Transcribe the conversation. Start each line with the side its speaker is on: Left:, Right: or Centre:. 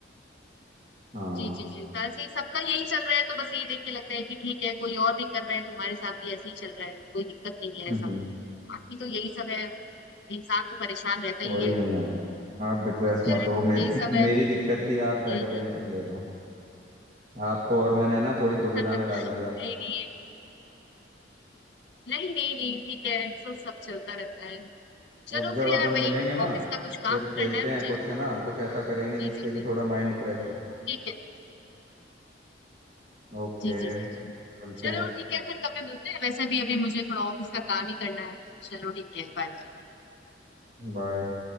Right: हाँ
Left: जी जी जी वैसे सबका यही चल रहा है तो बस यही देख के लगता है कि ठीक है कोई और भी कर रहा है तो हमारे साथ भी ऐसे ही चल रहा है कोई दिक्कत नहीं है
Right: हम्म,
Left: ऐसा
Right: हम्म,
Left: बाकी तो यही सब है इंसान तो परेशान रहता ही
Right: कोई
Left: है
Right: नहीं यार आप डिप्रेस
Left: तो फिर
Right: मत
Left: यही
Right: हो मेरी
Left: सब
Right: <laughs>
Left: है
Right: मेरी दिक्कत थी
Left: हम्म,
Right: आप काय को
Left: हम्म।
Right: टेंशन ले रहे हो आपको और मैंने ना थोड़ी दुविधा
Left: <laughs>
Right: में डाल दिया
Left: नहीं नहीं नहीं नहीं नहीं ठीक है तो सब चलता रहता है चलो
Right: अब जब
Left: फिर यार
Right: अपन
Left: वही
Right: मिलेंगे ना
Left: ऑफिस का कुछ काम
Right: फिर खेलते
Left: करना है मुझे
Right: हैं कुछ है ना कुछ ऐसा करेंगे
Left: जी
Right: जिससे
Left: जी
Right: कि
Left: जी
Right: थोड़ा माइंड फ्रेश हो
Left: ठीक है
Right: ओके
Left: जी जी जी जी
Right: मिलते
Left: चलो
Right: हैं
Left: ठीक है फिर कभी मिलते हैं वैसे भी अभी मुझे थोड़ा ऑफिस का काम ही करना है चलो ठीक है बाय
Right: बाय